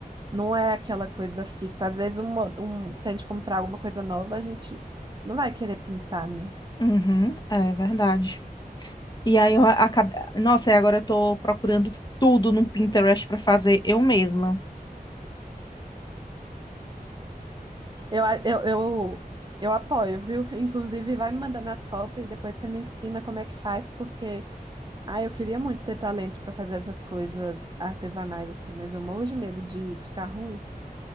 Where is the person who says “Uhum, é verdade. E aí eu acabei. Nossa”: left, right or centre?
Left